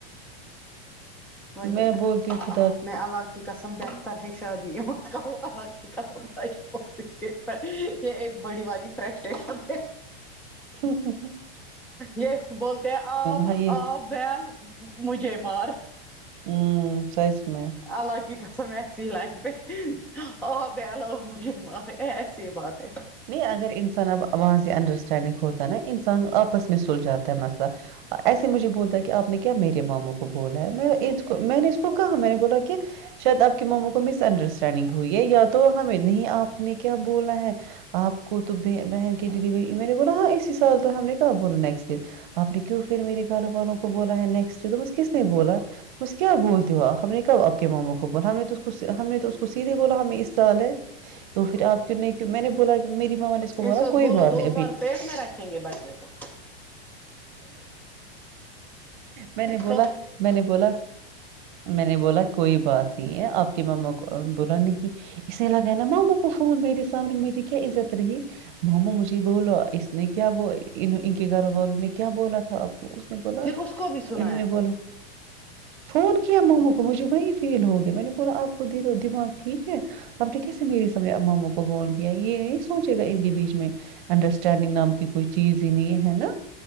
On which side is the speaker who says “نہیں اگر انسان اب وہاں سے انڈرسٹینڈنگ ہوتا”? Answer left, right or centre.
Right